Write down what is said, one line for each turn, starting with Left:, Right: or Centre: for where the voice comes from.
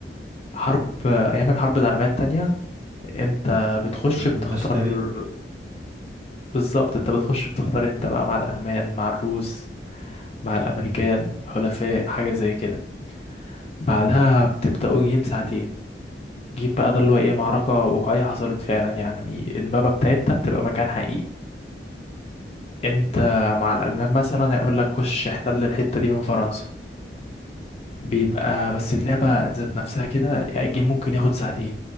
Left: حرب ايام الحرب العالمية التانية انت بتخش
Right: بس انا
Left: بتختار
Right: انا اشتريت كده
Left: بالظبط انت بتخش بتختار انت بقى مع الالمان مع الروس مع الامريكان حلفاء
Right: امم
Left: حاجة زي كده بعدها بتبدأوا جيم ساعتين جيم بقى ده اللي هو ايه معركة واقعية حصلت فعلا يعني المابا بتاعتها بتبقى مكان حقيقي انت مع الالمان مثلا هيقول لك خش احتل الحته دي من فرنسا بيبقى بس اللعبه ذات نفسها كده يعني الجيم ممكن ياخد ساعتين